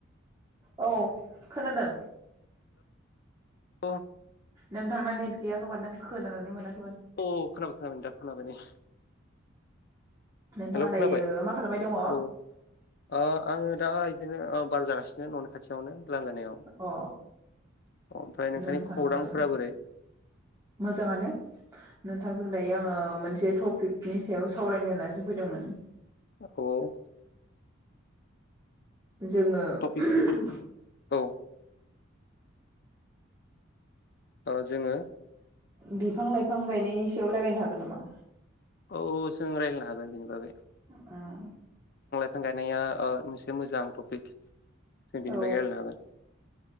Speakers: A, on the right (about 15°); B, on the left (about 50°).
A: औ खोनादों।
B: औ
A: नोंथांना नेट गैया खोमा नों खोनानानै मोना
B: अ खोनाबाय खोनाबाय नोंथां खोनाबाय नै।
A: नोंथाङा
B: हेलौ
A: दायो
B: खोनाबाय
A: मा खालामबाय दङ?
B: औ ओ आङो दा इदिनो ओब बार जागासिनो न'नि खाथियावनो। लांगोनायाव
A: अ
B: ओमफ्राय नोंथांनि
A: नोंथांजों
B: खौरांफोरा बोरै?
A: मोजाङानो नोंथांजों दायो आङो मोनसे थप नि सायाव सावरायनो होननानैसो फैदोंमोन।
B: औ
A: जोङो
B: टपिक
A: उम
B: औ ओ जोङो
A: बिफां लाइफां गायनायनि सायाव रायजलायनो हागोन नामा?
B: औ जों रायज्लायनो हागोन बेनि बागै।
A: उम
B: थांगायनाया ओ मोनसे मोजां टपिक। जों बिनि
A: औ
B: बागै रायलायनो हागोन।